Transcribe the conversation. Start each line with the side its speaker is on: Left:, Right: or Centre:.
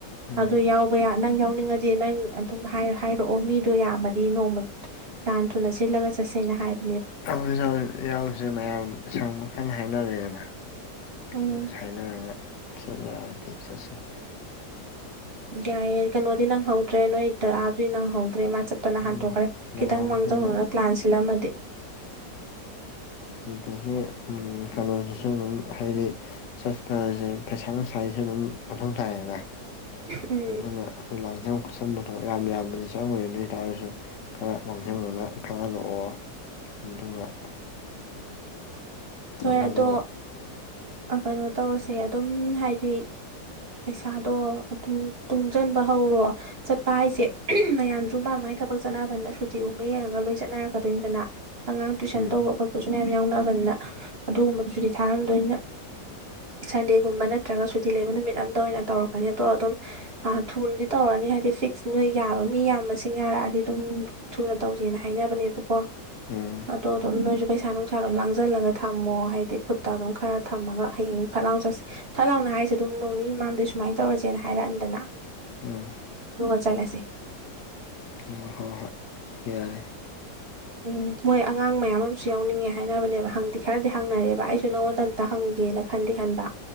Left: ꯎꯝ
Right: ꯑꯗꯨ ꯌꯥꯎꯕ ꯌꯥ ꯅꯪ ꯌꯥꯎꯅꯤꯡꯉꯗꯤ ꯅꯪ ꯑꯗꯨꯝ ꯍꯥꯏꯔꯛꯑꯣ ꯃꯤꯗꯣ ꯌꯥꯝꯃꯗꯤ ꯅꯣꯡꯃ ꯌꯥꯝ ꯊꯨꯅ ꯆꯜꯂꯒ ꯆꯠꯁꯦꯅ ꯍꯥꯏꯕ
Left: ꯌꯥꯎꯔꯦ ꯌꯥꯎꯔꯦ ꯌꯥꯎꯁꯦ ꯃꯌꯥꯝ ꯁꯪ ꯀꯜ ꯍꯥꯏꯅꯔꯛꯑꯦꯅ
Right: ꯎꯝ
Left: ꯅ ꯆ <unintelligible> ꯆꯁ
Right: ꯌꯥꯏꯌꯦ ꯀꯩꯅꯣꯗꯤ ꯅꯪ ꯍꯧꯗ꯭ꯔꯦ ꯅꯣꯏ ꯗꯥꯗꯥ ꯗꯨꯗꯤ ꯅꯪ ꯍꯧꯗ꯭ꯔꯦ ꯃꯥ ꯆꯠꯄꯅ ꯍꯟꯇꯣꯛꯈ꯭ꯔꯦ
Left: ꯎꯝ
Right: ꯈꯤꯇꯪ
Left: ꯅꯪꯍꯧꯅꯕ
Right: ꯃꯥꯡꯖꯧꯅꯅ ꯄ꯭ꯂꯥꯟ ꯁꯤꯜꯂꯝꯃꯗꯤ
Left: ꯍꯝ ꯑꯗꯒꯤ ꯀꯩꯅꯣꯁꯤꯁꯨ ꯑꯗꯨꯝ ꯍꯥꯏꯗꯤ ꯆꯠꯄꯁꯦ ꯄꯩꯁꯥ ꯅꯨꯡꯁꯥꯁꯨ ꯑꯗꯨꯝ ꯃꯊꯧ ꯇꯥꯏꯌꯦꯅ
Right: ꯎꯝ
Left: ꯑꯗꯨꯅ ꯑꯗꯨ ꯂꯥꯡꯁꯝ ꯈꯣꯠꯁꯟꯕꯗꯣ ꯌꯥꯝ ꯌꯥꯝꯕꯗꯤ ꯆꯪꯉꯗꯤ ꯍꯥꯏ ꯇꯥꯔꯁꯨ ꯈꯔ ꯃꯥꯡꯁꯤꯟꯅꯅ ꯈꯪꯍꯜꯂꯛꯑꯣ ꯑꯗꯨꯒ <inaudible> ꯆꯠꯅꯅꯕ
Right: ꯍꯣꯏ ꯑꯗꯣ ꯀꯩꯅꯣ ꯇꯧꯔꯁꯦ ꯑꯗꯨꯝ ꯍꯥꯏꯗꯤ ꯄꯩꯁꯥꯗꯣ ꯑꯗꯨꯝ ꯇꯨꯡꯁꯤꯟꯕ ꯍꯧꯔꯣ ꯆꯠꯄ ꯍꯥꯏꯁꯦ ꯃꯌꯥꯝ ꯁꯨ ꯃꯥ ꯃꯒꯤ ꯊꯕꯛ ꯆꯠꯅꯕꯅꯤꯅ ꯁꯨꯇꯤꯒꯨꯝꯕ ꯌꯦꯡꯉꯒ ꯂꯣꯏ ꯆꯠꯅꯔꯛꯀꯗꯣꯏꯅꯤꯗꯅ ꯑꯉꯥꯡ ꯇꯨꯏꯁꯟ
Left: ꯎꯝ
Right: ꯇꯧꯕ ꯈꯣꯠꯄꯁꯨ ꯃꯌꯥꯝ ꯌꯥꯎꯅꯑꯕꯅꯤꯅ ꯑꯗꯨꯒꯨꯝꯕꯗꯨꯁꯨꯗꯤ ꯊꯥꯔꯝꯗꯣꯏꯅ ꯁꯟꯗꯦꯒꯨꯝꯕ ꯅꯠꯇ꯭ꯔꯒ ꯁꯨꯇꯤ ꯂꯩꯕ ꯅꯨꯃꯤꯠ ꯑꯝꯗ ꯑꯣꯏꯅ ꯇꯧꯔꯛꯀꯅꯤ ꯑꯗꯣ ꯑꯗꯨꯝ ꯊꯨꯅꯗꯤ ꯇꯧꯔꯅꯤ ꯍꯥꯏ ꯍꯥꯏꯗꯤ ꯐꯤꯛꯁ ꯅꯣꯏ ꯌꯥꯕ ꯃꯤ ꯌꯥꯝ ꯃꯁꯤꯡ ꯌꯥꯔꯛꯑꯗꯤ ꯑꯗꯨꯝ ꯊꯨꯅ ꯇꯧꯁꯦꯅ ꯍꯥꯏꯅꯕꯅꯦꯕꯀꯣ
Left: ꯎꯝ
Right: ꯑꯗꯣ ꯑꯗꯨꯝ ꯅꯣꯏꯁꯨ ꯄꯩꯁꯥ ꯅꯨꯡꯁꯥꯗꯣ ꯂꯥꯡꯁꯤꯜꯂꯒ ꯊꯝꯃꯣ ꯍꯥꯏꯗꯤ ꯈꯨꯠꯇ ꯑꯗꯨꯝ ꯈꯔ ꯊꯝꯃꯒ ꯍꯌꯦꯡ ꯐꯠ ꯂꯥꯡ ꯆꯠꯁꯦ ꯊꯠ ꯂꯥꯎꯅ ꯍꯥꯏꯁꯦ ꯑꯗꯨꯝ ꯅꯣꯡꯅꯤ ꯃꯃꯥꯡꯗꯩ ꯁꯨꯃꯥꯏꯅ ꯇꯧꯔꯁꯦꯅ ꯍꯥꯏꯔꯛꯑꯟꯗꯅ
Left: ꯑ
Right: ꯆꯠꯂꯥꯁꯦ
Left: ꯑ ꯍꯣ ꯍꯣꯏ ꯌꯥꯔꯦ
Right: ꯎꯝ ꯃꯣꯏ ꯑꯉꯥꯡ ꯃꯌꯥꯝ ꯑꯃꯁꯨ ꯌꯥꯎꯅꯤꯡꯉꯦ ꯍꯥꯏꯅꯕꯅꯦꯕ ꯍꯪꯗꯤ ꯈꯔꯗꯤ ꯍꯪꯅꯔꯦꯕ ꯑꯩꯁꯨ ꯅꯪꯉꯣꯟꯗ ꯑꯝꯇ ꯍꯪꯒꯦ ꯒꯦꯅ ꯈꯟꯗꯤꯦ ꯈꯟꯕ